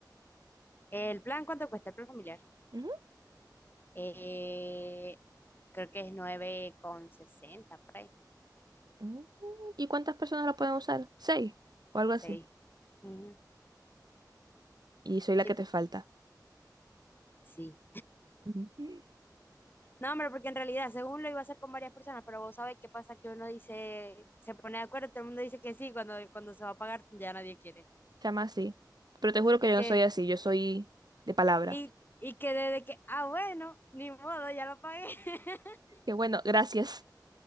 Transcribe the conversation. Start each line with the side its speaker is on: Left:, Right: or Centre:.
Left: ¿El plan cuánto cuesta? El plan familiar.
Right: Ujú,
Left: Eh, creo que es nueve con sesenta. por ahí.
Right: ujú. ¿Y cuántas personas lo pueden usar? Seis o algo
Left: Sí.
Right: así.
Left: Ujú.
Right: Y soy la
Left: Sí.
Right: que te falta.
Left: Sí.
Right: Ujú.
Left: No, hombre, porque en realidad, según lo iba a hacer con varias personas, pero vos sabés qué pasa que uno dice, se pone de acuerdo, todo el mundo dice que sí, cuando, cuando se va a pagar ya nadie quiere.
Right: Se llama así. Pero te juro
Left: Y
Right: que yo
Left: que,
Right: no soy así, yo soy de palabra.
Left: y, y que desde que, ah, bueno, ni modo, ya lo pagué. <laughs>
Right: Que bueno, gracias.